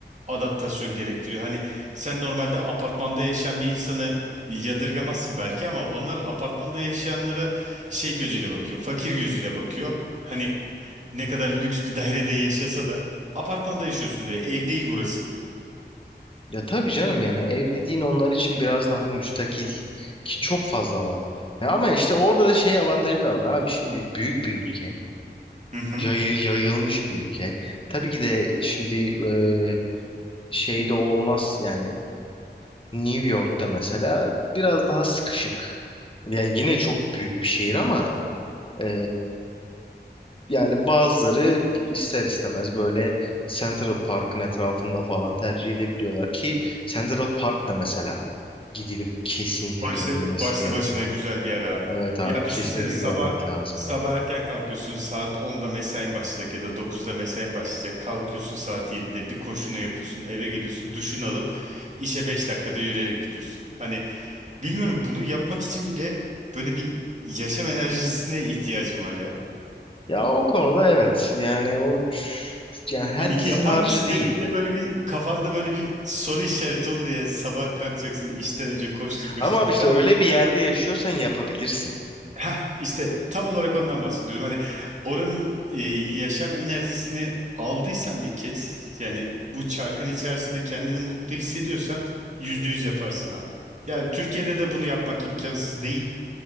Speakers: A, on the right (about 40°); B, on the left (about 30°).
A: adaptasyon gerektiriyor. Hani sen normalde apartmanda yaşayan bir insanı yadırgamazsın belki ama onlar apartmanda yaşayanlara şey gözüyle bakıyor, fakir gözüyle bakıyor. Hani ne kadar lüks bir dairede yaşasa da apartmanda yaşıyorsun diyor, ev değil burası diyor.
B: Ya tabii canım yani ev dediğin onlar için biraz daha müstakil ki çok fazla var. Ya ama işte orada da şey avantajı da var abi. Şimdi büyük bir ülke.
A: Hı hı.
B: yayı, yayılmış bir ülke. Tabii ki de şimdi e, şeyde olmaz yani New York'ta mesela biraz daha sıkışık. Yani yine çok büyük bir şehir ama e, yani bazıları ister istemez böyle Central Park'ın etrafında falan tercih edebiliyorlar ki Central Park da mesela gidilip kesinlikle
A: Başlı,
B: görünmesi
A: başlı
B: gereken.
A: başına güzel bir ara abi.
B: Evet abi
A: Ya düşünsene
B: kesinlikle
A: sabah
B: görmek lazım
A: sabah
B: yani.
A: erken kalkıyorsun saat onda mesain başlayacak ya da dokuzda mesain başlayacak. Kalkıyorsun saat 7'de bir koşunu yapıyorsun eve geliyorsun duşunu alıp işe 5 dakikada yürüyerek gidiyorsun. Hani bilmiyorum bunu yapmak için bile böyle bir yaşam enerjisine ihtiyacım var ya.
B: Ya o konuda evet. Yani o ç- yani herkesin
A: Hani yapar
B: harcı
A: mısın
B: değil.
A: dediğinde böyle bir kafanda böyle bir soru işareti olur yani sabah kalkacaksın işten önce koştur koştur
B: Ama abi
A: git
B: işte
A: ama.
B: öyle bir yerde yaşıyorsan yapabilirsin.
A: Heh, işte tam olarak ondan bahsediyorum. Hani oranın e, yaşam enerjisini aldıysan bir kez yani bu çarkın içerisinde kendini mutlu hissediyorsan yüzde yüz yaparsın abi. Yani Türkiye'de de bunu yapmak imkansız değil